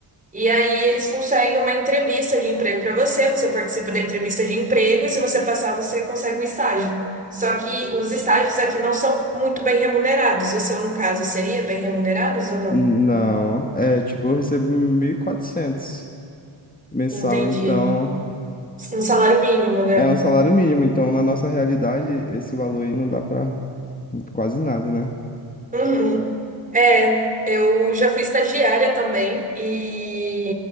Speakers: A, on the right (about 15°); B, on the left (about 20°).
A: E aí eles conseguem uma entrevista de emprego para você, você participa da entrevista de emprego e se você passar, você consegue um estágio. Só que os estágios aqui não são muito bem remunerados. O seu, no caso, seria bem remunerados ou não?
B: não, é tipo, eu recebo 1.400 mensal,
A: Entendi.
B: então
A: Um salário mínimo, né?
B: é um salário mínimo. Então, na nossa realidade, esse valor aí não dá para quase nada, né?
A: Uhum. É, eu já fui estagiária também e